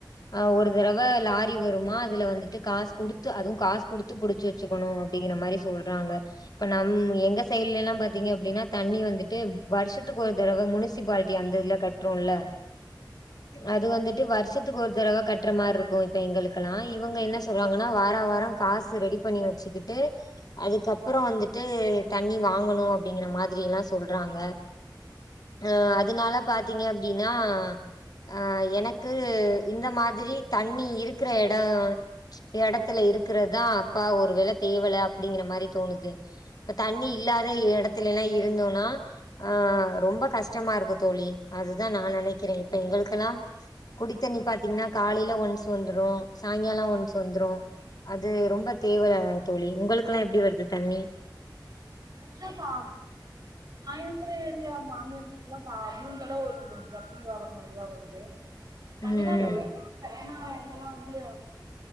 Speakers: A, on the left; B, on the right.
A: ஆஹ் ஒரு தடவை லாரி வருமா அதுல வந்துட்டு காசு குடுத்து அதுவும் காசு குடுத்து புடிச்சு வச்சுக்கணும் அப்டிங்கிற மாரி சொல்றாங்க இப்ப நம் எங்க சைடுலேலா பாத்தீங்க அப்டின்னா தண்ணி வந்து துட்டு வருஷத்துக்கு ஒரு தடவ முனிசிபாலிட்டி அந்த இதுல கட்றோல அது வந்துட்டு வருஷத்துக்கு ஒரு தடவ கட்ற மாரிருக்கும் இப்ப எங்களுக்கலாம் இவுங்க என்ன சொல்றாங்கன்னா வாரோ வாரோ காசு ரெடி பண்ணி வச்சுக்கிட்டு அதுக்கப்புறம் வந்துட்டு தண்ணி வாங்கணும் அப்டிங்கற மாதிரிலா சொல்றாங்க அஹ் அதுனால பாத்தீங்க அப்டின்னா ஆஹ் எனக்கு இந்த மாதிரி தண்ணி இருக்கிற இடம் இடத்துல இருக்கறதான் அப்பா ஒரு வேளை தேவல அப்டிங்கிற மாதிரி தோணுது இப்ப தண்ணி இல்லாத இடத்துல எல்லாம் இருந்தோம் னா ஆஹ் ரொம்ப கஷ்டமா இருக்கும் தோழி அதுதான் நான் நெனைக்கிறேன் இப்ப எங்களுக்கெல்லாம் குடித்தண்ணி பாத்தீங்கன்னா காலேல ஒன்ஸ் வந்துரு சாங்காலம் ஒன்ஸ் வந்துரும் அது ரொம்ப தேவல தோழி உங்களுக்கல்லாம் எப்டி வருது தண்ணி
B: இல்லப்பா நா இருக்குற ஏரியா மாமியார் வீட்ல பா முடுஞ்சலவு <unintelligible> வர மாரிதான் வருது <unintelligible> ஆஹ்
A: ம்
B: இங்கல்லாம் வந்து